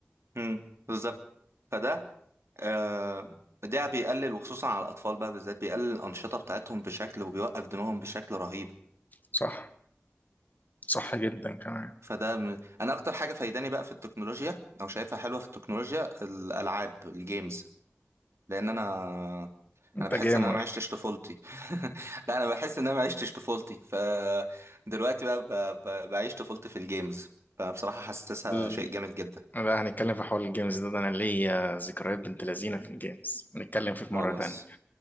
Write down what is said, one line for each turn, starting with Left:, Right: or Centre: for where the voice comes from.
Right: امم بالظبط فده آه ده بيقلل وخصوصا على الاطفال بقى بالذات بيقلل الانشطه بتاعتهم بشكل وبيوقف دماغهم بشكل رهيب
Left: صح صح جدا كمان
Right: فده من... انا اكتر حاجه فايداني بقى في التكنولوجيا او شايفها حلوه في التكنولوجيا الالعاب الجيمز لان انا
Left: انت
Right: انا بحس
Left: جيمر
Right: ان انا ما عشتش طفولتي <laughs> لا انا بحس ان انا ما عشتش طفولتي فدلوقتي بقى ب... ب... بعيش طفولتي في الجيمز فبصراحه حاسسها
Left: ال-
Right: شيء جامد جدا
Left: بقى هنتكلم في حوار الجيمز ده, ده انا ليا ذكريات بنت لذينه في الجيمز هنتكلم فيه في
Right: خلاص
Left: مره تانية